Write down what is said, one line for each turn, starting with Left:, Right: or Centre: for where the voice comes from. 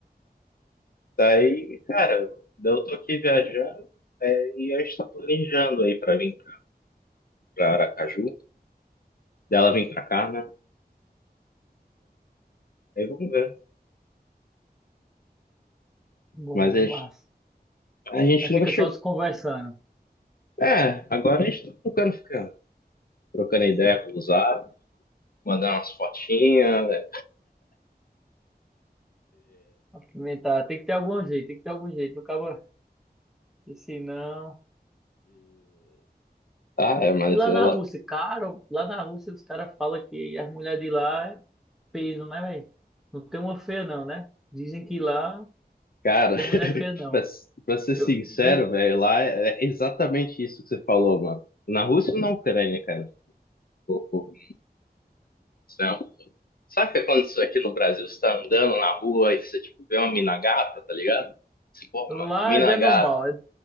Left: Daí, cara, daí eu tô aqui viajando é, e a gente tá planejando aí pra vir pra, pra Aracaju. Daí ela vem pra cá, né? Aí vamos ver.
Centre: Bom,
Left: Mas a
Centre: é massa.
Left: gente, a gente
Centre: Aí fica
Left: nunca chegou.
Centre: só se conversando.
Left: É, agora a gente tá trocando, ficando. Trocando ideia com o Zara, mandando umas fotinhas. né,
Centre: Apimentar. Tem que ter algum jeito, tem que ter algum jeito. Não Acaba, E se não.
Left: Ah, é, mas
Centre: E lá
Left: ela.
Centre: na Rússia, cara, lá na Rússia os caras falam que as mulheres de lá é peso, né, velho? Não tem uma feia, não, né? Dizem que lá não
Left: Cara,
Centre: tem
Left: <laughs>
Centre: mulher feia, não.
Left: pra, pra ser
Centre: Eu,
Left: sincero,
Centre: vejo-
Left: velho, lá é exatamente isso que você falou, mano. Na Rússia ou na Ucrânia, cara? Pô, pô, isso é Sabe o que aconteceu aqui no Brasil? Você tá andando na rua e você, tipo, vê uma mina gata, tá ligado? Você, Pô,
Centre: lá
Left: mano, que mina
Centre: já é
Left: gata.
Centre: normal. é-